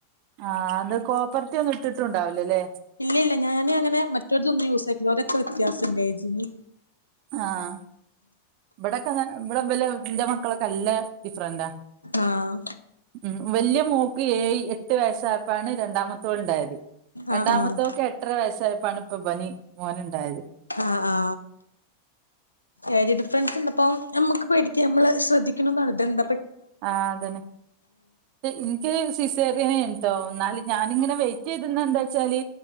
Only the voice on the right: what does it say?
ആഹ് അത് കോപ്പർട്ടി ഒന്നും ഇട്ടിട്ടുണ്ടാവില്ലല്ലേ
ആഹ് ഇവിടെക്കെ ഇവിടെ വല്ന്റെ മക്കളൊക്കെ നല്ല ഡിഫറന്റ
ഉ വലിയ മോക്ക് ഏയി എട്ട് വയസ്സായപ്പോഴാണ് രണ്ടാമത്തോൾ ണ്ടായത് രണ്ടാമത്തെോക്കെ
എട്ടര വയസ്സായാപ്പോഴാണ് ഇപ്പൊബൻ മോനുണ്ടായത്
ആ അതന്നെ എനിക്ക് സിസേറിയനൈ നി ട്ടോ എന്നാല് ഞാാനിങ്ങനെ വെയിറ്റ് ചെയ്തുന്ന എന്താ വെച്ചാല്